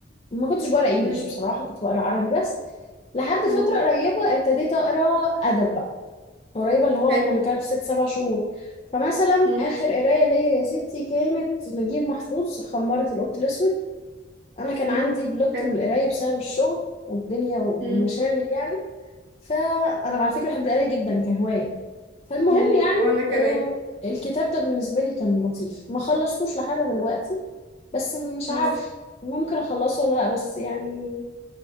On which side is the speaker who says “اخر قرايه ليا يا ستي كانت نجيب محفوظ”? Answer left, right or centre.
Left